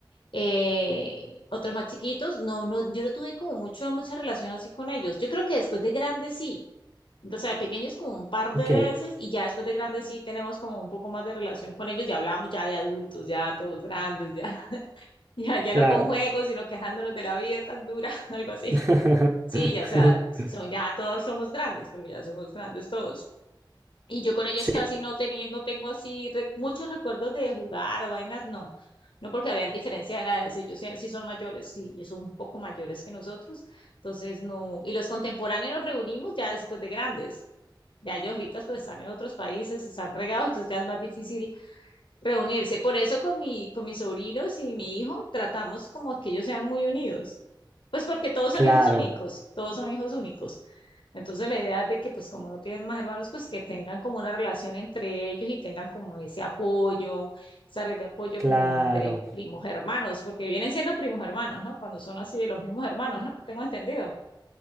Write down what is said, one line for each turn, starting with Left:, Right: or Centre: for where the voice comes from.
Left: eh, otros más chiquitos. No, no, yo no tuve como mucho, mucha relación así con ellos. Yo creo que después de grandes sí. O sea, de pequeños como un par
Right: Ok,
Left: de veces y ya después de grandes sí tenemos como un poco más de relación con ellos. Ya hablamos ya de adultos, ya todos grandes, ya. <laughs> Ya, ya
Right: claro.
Left: no con juegos, sino quejándonos de la vida tan dura, <laughs> algo así.
Right: <laughs>
Left: Sí, ya, o sea, son ya todos somos grandes, porque ya somos grandes todos. Y yo con ellos
Right: Sí,
Left: casi no tenía, no tengo así re- muchos recuerdos de jugar o vainas, no. No porque habían diferencia de edades, ellos sí, sí son mayores, sí, ellos son un poco mayores que nosotros, entonces no. Y los contemporáneos nos reunimos ya después de grandes. Ya ellos ahorita pues están en otros países, están regados, entonces ya es más difícil reunirse. Por eso con mi, con mis sobrinos y mi hijo tratamos como que ellos sean muy unidos. Pues porque todos son
Right: claro,
Left: hijos únicos, todos son hijos únicos. Entonces la idea es de que pues como no tienen más hermanos, pues que tengan como una relación entre ellos y tengan como ese apoyo, esa red de apoyo
Right: claro.
Left: como entre primos hermanos, porque vienen siendo primos hermanos, ¿no? Cuando son así de los mismos hermanos, ¿no? Tengo entendido.